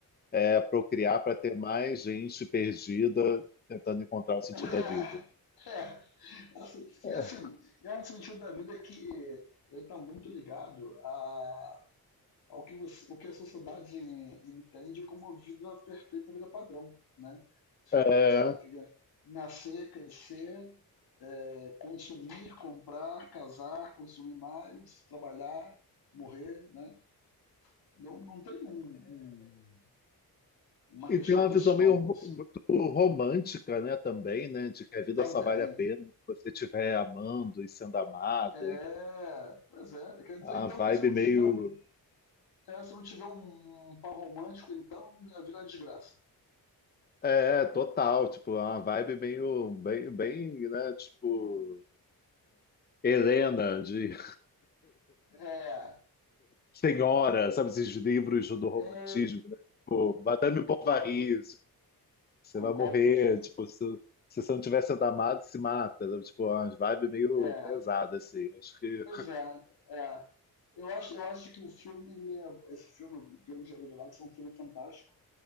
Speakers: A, on the left; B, on the left.
A: é procriar para ter mais gente perdida tentando encontrar o sentido
B: <laughs>
A: da vida.
B: É, é, assim, e
A: É,
B: assim, é um sentido da vida que ele está muito ligado a, ao que, você, ao que a sociedade entende como vida perfeita, vida padrão, né? Tipo,
A: é,
B: você tem que nascer, crescer, é, consumir, comprar, casar, consumir mais, trabalhar, morrer, né? Não, não tem um, um, uma
A: e
B: questão
A: tem uma
B: pessoal
A: visão meio ro-
B: disso.
A: muito romântica, né, também, né, de que a vida
B: Também,
A: só vale a pena se você estiver amando e sendo amado.
B: É,
A: E
B: pois é. Quer dizer,
A: a
B: então,
A: vibe
B: que se eu não
A: meio
B: tiver um, é, se eu não tiver um par romântico, então minha vida é uma desgraça.
A: é é, total, tipo, uma vibe meio bem, bem, né, tipo Helena de
B: É,
A: Senhora, sabe esses livros do romantismo,
B: é,
A: né? Tipo, Madame
B: concordo,
A: Bovary, tipo, você
B: concordo
A: vai morrer,
B: contigo.
A: tipo, se, se você não tiver sendo amado, se mata, sabe? Tipo, umas vibes meio
B: É,
A: pesadas, assim. Acho que...
B: pois é, é. Eu acho, eu acho que o filme, ele é- esse filme, Guilherme Jogador de Lápis, é um filme fantástico.